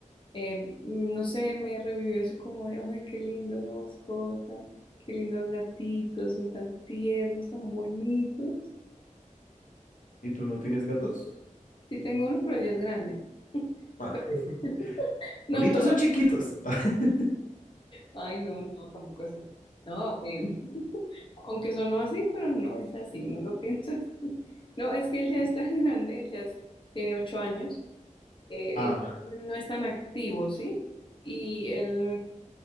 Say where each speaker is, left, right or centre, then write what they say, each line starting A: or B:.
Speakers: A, on the left; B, on the left.
A: Eh, no sé, me revivió eso como de, ay, qué lindo una mascota, qué lindo los gatitos, son tan tiernos, tan bonitos.
B: ¿Y tú no tienes gatos?
A: Sí tengo uno, pero ya es grande.
B: Ah,
A: <laughs>
B: <laughs>
A: No,
B: bonitos
A: pero,
B: son chiquitos. <laughs>
A: ay, no, no, tampoco así. No, eh, aunque sonó así, pero no es así, no lo <laughs> pienso así. No, es que él ya es tan grande, él ya es- tiene ocho años, eh,
B: Ah.
A: entonces él no es tan activo, ¿sí? Y él